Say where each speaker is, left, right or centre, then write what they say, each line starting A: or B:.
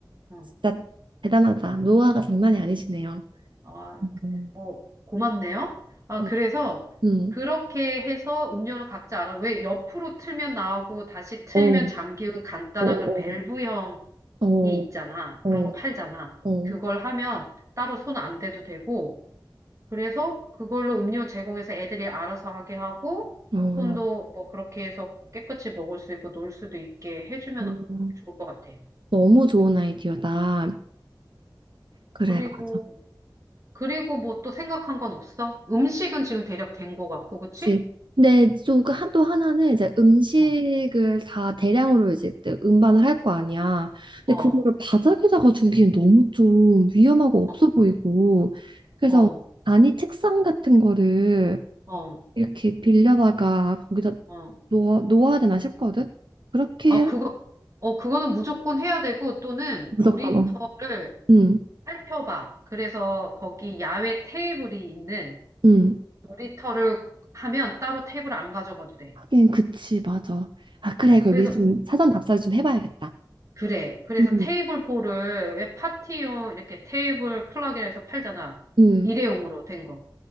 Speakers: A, on the right; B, on the right.
A: 어,
B: 진짜 대단하다. 노하가 장난이 아니시네요.
A: 아,
B: 음,
A: 뭐, 고맙네요. 아,
B: 음,
A: 그래서
B: 음.
A: 그렇게 해서 음료를 각자 알아. 왜 옆으로 틀면 나오고 다시 틀면
B: 어,
A: 잠기고 간단한
B: 어, 어.
A: 그 밸브형이
B: 어,
A: 있잖아.
B: 어,
A: 그런 거 팔잖아.
B: 어,
A: 그걸 하면 따로 손 안 대도 되고, 그래서 그걸로 음료 제공해서 애들이 알아서 하게 하고,
B: 어.
A: 손도 뭐 그렇게 해서 깨끗이 먹을 수 있고 놀 수도 있게 해주면
B: 어.
A: 좋을 것 같아.
B: 너무 좋은 아이디어다. 그래,
A: 그리고,
B: 맞아.
A: 그리고 뭐 또 생각한 건 없어? 음식은 지금 대략 된 것 같고, 그치?
B: 그치. 근데 또또 하나는 이제 음식을
A: 어,
B: 다 대량으로 이제 또 음반을 할 거 아니야. 근데
A: 어,
B: 그거를 바닥에다가 두기엔 너무 좀 위험하고 없어
A: 어,
B: 보이고. 그래서
A: 어,
B: 아니 책상 같은 거를
A: 어.
B: 이렇게 빌려다가 거기다
A: 어.
B: 놓아, 놓아야 되나 싶거든. 그렇게
A: 아,
B: 하지?
A: 그거, 어, 그거는 무조건 해야 되고, 또는
B: 무섭거나.
A: 놀이터를
B: 응,
A: 살펴봐. 그래서 거기 야외 테이블이 있는
B: 응.
A: 놀이터를 하면 따로 테이블 안 가져가도 돼.
B: 하긴 그치, 맞아. 아
A: 어.
B: 그래, 그걸
A: 그래서
B: 미리 좀 사전 답사를 좀 해봐야겠다.
A: 그래. 그래서
B: 응,
A: 테이블 포를 왜 파티용 이렇게 테이블 클럭이라서 팔잖아.
B: 응,
A: 일회용으로 된 거.